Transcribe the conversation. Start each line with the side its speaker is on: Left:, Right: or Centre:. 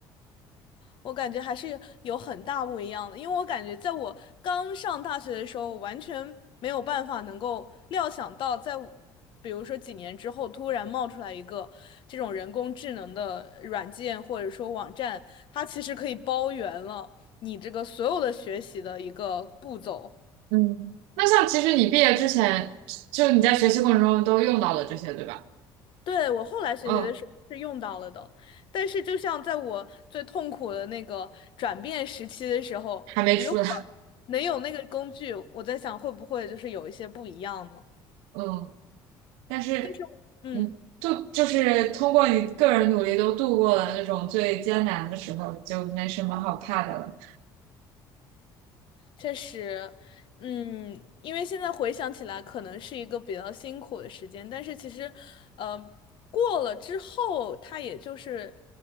Left: 我感觉还是有很大不一样的，因为我感觉在我刚上大学的时候，我完全没有办法能够料想到在我比如说几年之后，突然冒出来一个这种人工智能的软件或者说网站，它其实可以包圆了你这个所有的学习的一个步骤。
Right: 嗯。那像其实你毕业之前，就你在学习过程中都用到了这些，对吧？
Left: 对，我后来学习的时候是用到了的，
Right: 嗯，
Left: 但是就像在我最痛苦的那个转变时期的时候，
Right: 还没出来。
Left: 如果能有那个工具，我在想会不会就是有一些不一样呢？
Right: 嗯，但是你就就是通过你个人努力都度过了那种最艰难的时候，
Left: 但是，嗯，
Right: 就没什么好怕的了。
Left: 确实，嗯，因为现在回想起来，可能是一个比较辛苦的时间，但是其实，呃，过了之后，它也就是